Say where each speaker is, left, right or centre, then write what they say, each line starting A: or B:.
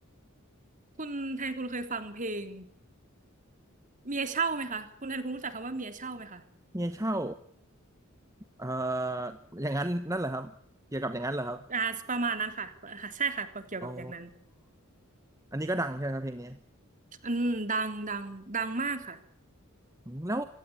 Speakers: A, on the right; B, on the right.
A: คุณแทนคุณเคยฟังเพลงเมียเช่าไหมคะคุณแทนคุณรู้จักคำว่าเมียเช่าไหมคะ
B: เมียเช่าเอ่ออย่างนั้นนั่นเหรอครับเกี่ยวกับอย่างนั้นเหรอครับ
A: อ่าประมาณนั้นค่ะอ่าใช่ค่ะเกี่ยวกับอย่างนั้น
B: อ๋ออันนี้ก็ดังใช่ไหมครับเพลงนี้
A: อืมดังดังดังมากค่ะ
B: อืมแล้ว